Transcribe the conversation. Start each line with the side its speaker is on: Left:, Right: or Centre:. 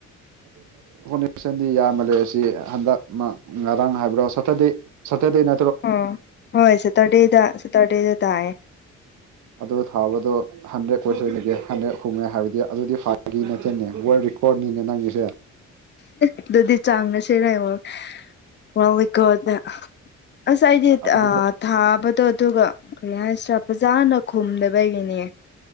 Right: <inaudible> ꯍꯣꯠꯅꯔꯁꯟꯗꯤ ꯌꯥꯝꯃ ꯂꯩ ꯑꯁꯤ ꯍꯟꯗꯛ ꯉꯔꯥꯡ ꯍꯥꯏꯕ꯭ꯔꯣ ꯁꯇꯔꯗꯦ ꯁꯇꯗꯦꯅꯦ
Left: ꯑꯣ ꯍꯣꯏ ꯁꯇꯔꯗꯦꯗ ꯁꯦꯇꯔꯗꯦꯗ ꯇꯥꯏꯌꯦ
Right: ꯑꯗꯨ ꯊꯥꯕꯗꯣ ꯍꯟꯗ꯭ꯔꯦꯗ ꯀꯣꯏꯁꯟꯒꯤꯗꯤ ꯍꯟꯗ꯭ꯔꯦꯗ <unintelligible> ꯍꯥꯏꯕꯗꯤ ꯑꯗꯨꯗꯤ ꯐꯥꯒꯤ ꯅꯠꯇꯦꯅꯦ <unintelligible> ꯍꯣꯔꯠꯅꯤꯅ ꯅꯪꯑꯤ <inaudible>
Left: ꯑꯗꯨꯗꯤ ꯆꯥꯡꯉꯁꯦꯔ ꯌꯦꯡꯉꯣ ꯋꯥꯎꯏꯀꯣ ꯑꯗ ꯑꯁ ꯑꯩꯗꯤ
Right: ꯑꯗꯨ
Left: ꯑ ꯊꯥꯕꯗꯣ ꯑꯗꯨꯒ ꯀꯩ ꯍꯥꯏꯁꯤꯔꯥ ꯐꯖꯥꯅ ꯈꯨꯝꯗꯕꯒꯤꯅꯦ